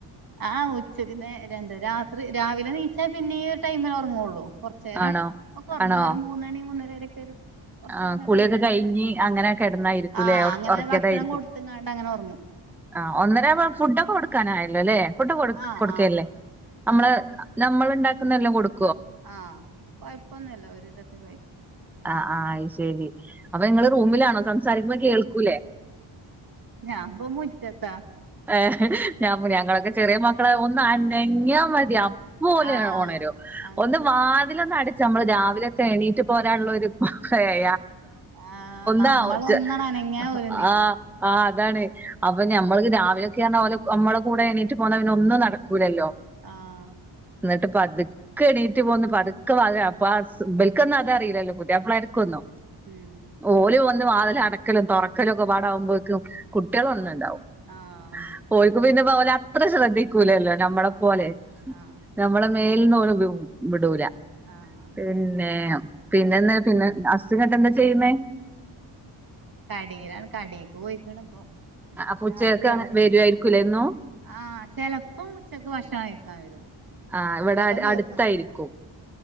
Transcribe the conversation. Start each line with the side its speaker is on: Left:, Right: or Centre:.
Right: ആഹ് ഉച്ചക്ക് നേ ര ന്ത് രാത്രി രാവിലെ എനീച്ചാൽ പിന്നെ ഈ ഒരു ടൈമിൽ ഒറങ്ങുവൊള്ളൂ കൊറച്ചേരം
Centre: ആണോ
Right: ഒക്കെ ഒറങ്ങും
Centre: ആണോ
Right: ഒരു മൂന്നണി മൂന്നരരൊക്കെ ഒരു കൊറച്ചേരം
Centre: ആഹ്
Right: ഇങ്ങനെ
Centre: കുളിയൊക്കെ
Right: രണ്ട് രണ്ടര
Centre: കഴിഞ്ഞ്
Right: മണിക്കൂറൊക്കെ
Centre: അങ്ങനെ കെടന്നായിരിക്കുംല്ലെ
Right: ആഹ്
Centre: ഒറ
Right: അങ്ങനെ
Centre: ഒറക്കിയതായിരിക്കും
Right: ഭക്ഷണം കൊടുത്ത്ങ്ങാണ്ട് അങ്ങനെ ഒറങ്ങും
Centre: ആഹ് ഒന്നര ആവുമ്പം ഫുഡൊക്കെ കൊടുക്കാനായല്ലോ അല്ലേ ഫുഡ് കൊ
Right: ആഹ്
Centre: കൊടുക്കല്ലേ
Right: ആഹ്
Centre: നമ്മള്
Right: ആഹ് കൊ
Centre: നമ്മള് ഇണ്ടാക്കുന്നെല്ലാം കൊടുക്കും
Right: ആഹ് കൊഴപ്പൊന്നുമല്ല ഓര് ഇതൊക്കെ കഴിക്കും
Centre: ആഹ് ആഹ് ശരി അപ്പൊ നിങ്ങള് റൂമിലാണോ സംസാരിക്കുമ്പോ കേൾക്കൂലേ
Right: ഞാപ്പം മുറ്റത്താ
Centre: ഏഹ് ഞാൻ ഞങ്ങളൊക്കെ ചെറിയ മക്കളെ ഒന്ന് അനങ്ങിയാമതിയ അപ്പോല്
Right: ആഹ്
Centre: ഒണരും
Right: അങ്ങനെ
Centre: ഒന്ന് വാതിലൊന്നട ച്ചു നമ്മള് രാവിലെക്കെ എണീട്ട് പോരാനുള്ള ഒരു ഏഹ്
Right: ആഹ് നമ്മളൊന്നണനങ്ങിയ
Centre: രാവിലെ <unintelligible>
Right: ഓര് നീച്ചും
Centre: ആഹ് ആഹ് അതാണ് അപ്പൊ ഞമ്മൾക്ക് രാ <unintelligible> ഓല് നമ്മളെ കൂടെ എണീറ്റു പോന്നപിന്നെ ഒന്നും നടക്കൂലല്ലോ
Right: ആഹ്
Centre: എന്നിട്ട് പതു ക്ക് എണീറ്റ് പോന്ന് പതുക്കെ വാതിൽ ആസ് ഇബൽക്കൊന്നും അതറിയിലല്ലോ പുതിയപ്പളാരിക്കൊന്നും
Right: ഉം
Centre: ഓലു വന്ന് വാതില അടക്കലും തുറക്കലും ഒക്കെ പാടകുമ്പോഴേക്കും കുട്ടികള ഒന്നും ഉണ്ടാവും
Right: ആഹ്
Centre: പോയിക്കും പിന്നെ അവർ അത്ര ശ്രദ്ധിക്കൂലല്ലോ നമ്മളെപ്പോലെ
Right: അതെ ആഹ്
Centre: നമ്മളെ മേലിന്നോളു വ് വിടൂല
Right: ആഹ്
Centre: പിന്നെ
Right: പിന്നെ
Centre: പിന്നന്താ പിന്നെ അസ് <unintelligible> ന്നട്ടന്താ ചെയ്യുന്നേ
Right: കടയിലാണ് കടക്ക് പോയിക്കണ ഇപ്പ
Centre: അപ്പൊ ഉച്ചക്ക്
Right: രാത്രിയാകും
Centre: വരുവായിരിക്കൂലേ
Right: വരുമ്പോ
Centre: എന്നും
Right: ആഹ് ചെലപ്പം ഉച്ചക്ക് ഭക്ഷണം കഴിക്കാൻ വരും
Centre: ആഹ് ഇവിടെ
Right: ചെല ദിവസങ്ങളില്
Centre: അടുത്തായിരിക്കും